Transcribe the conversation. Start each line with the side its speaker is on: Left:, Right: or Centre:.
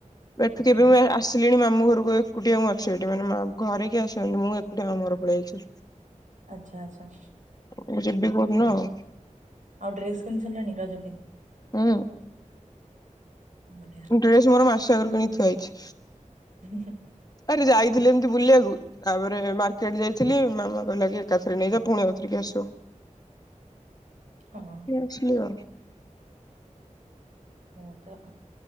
Left: ଏଠି କେବେ
Right: ହୁଁ
Left: ବି
Right: ହୁଁ।
Left: ମୁଁ ଆସିଲିଣି ମାମୁଁ ଘରକୁ ଏକୁଟିଆ ମୁଁ ଅଛି ଏଠି। ମାନେ ମା ଘରେ କି ଆସ ସେ ମୁଁ ଏକୁଟିଆ ମାମୁଁ ଘରକୁ ପଳେଇ ଆସିଛି।
Right: ଆଚ୍ଛା- ଆଚ୍ଛା,
Left: ମୁଁ ଯିବି କୋଉଦିନ ଆଉ।
Right: ଆଉ ଡ୍ରେସ୍ କିଣି ସାରିଲାଣି ରଜ ପାଇଁ?
Left: ଉଁ
Right: ବଢ଼ିଆ,
Left: ଡ୍ରେସ୍ ମୋର ମାସ ଆଗରୁ କିଣି ଥୁଆହେଇଛି।
Right: ହେ,
Left: ଆରେ ଯାଇଥିଲି ଏମିତି ବୁଲିବାକୁ, ତାପରେ ମାର୍କେଟ ଯାଇଥିଲି ମାମା କହିଲା କି ଏକାଥରେ ନେଇଯା ପୁଣି ଆଉଥରିକା ଆସିବ।
Right: ହଁ,
Left: <unintelligible>
Right: ହଁ ତ